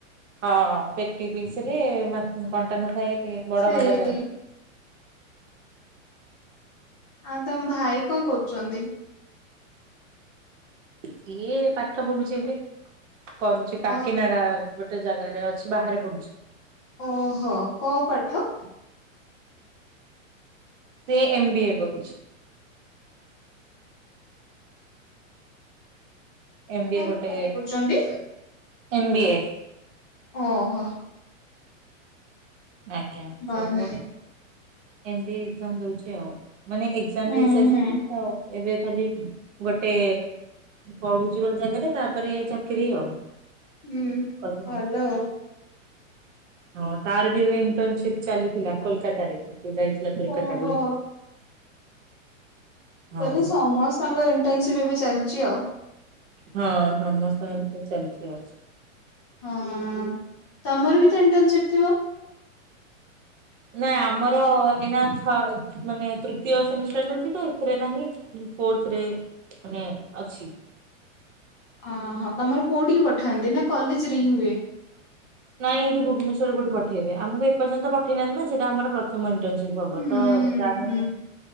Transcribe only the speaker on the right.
ହଁ ହଁ ପେଟି ପିସରେ ମା କଣ୍ଟା ନଥାଏ ଟିକେ ବଡ
କଣ୍ଟା ଥାଏ।
ସିଏ ପାଠ ପଢୁଛି ଏବେ କରୁଛି
କାକିନାଡା ଗୋଟେ ଜାଗାରେ ଅଛି ବାହାରେ ପଡୁଛି।
ସିଏ ଏମ୍ ବି ଏ କରୁଛି। ଏମ୍ବିଏ
ଗୋଟେ
ଏମ୍ୱ ବି ଏ।
ଆଜ୍ଞା
ସେ ତ ଗୋଟେ ଏମ୍ବ ବି ଏ ଏକେଜାମଦୋଉଚି ଆଉ। ମାନେ ଏକ୍ଜାମ
ଦେଇ ସାରିଛନ୍ତି
ତ ଏବେ ଖାଲି ଗୋଟେ ପଢୁଛି ଗୋଟେ ଜାଗାରେ ତାପରେ ଚାକିରି ଆଉ।
କରିବା।
ହଁ ତାରବି ଏଣ୍ଟରନସିପ ଚାଲିଥିଲା କୋଲକାତାରେ ସେ ଯାଇଥିଲା କୋଲକାତା
ଇ ହଁ
ହଁ ସମସ୍ତଙ୍କ ଏନା ଚାଲିଛି ଆଉ।
ନାଇଁ ଆମର ଏଇନା ମାନେ ଥ ତୃତୀୟ ସେମିଷ୍ଟାର ଚାଲିଛି ତ ଏଥିରେ ନାହିଁ। ଫୋର୍ଥରେ ମାନେ ଅଛି।
ନାଇଁ ଏଇଠି ଭୁବନେଶ୍ୱର କୋଉଠି ପଠେଇବେ ଆମକୁ ଏପର୍ଯ୍ୟନ୍ତ ପଠେଇନାହାନ୍ତିନା ସେଟା ଆମର ପ୍ରଥମ ଇଣ୍ଟନସିପ ହବତ
ଆଉ। ଜାଣିନି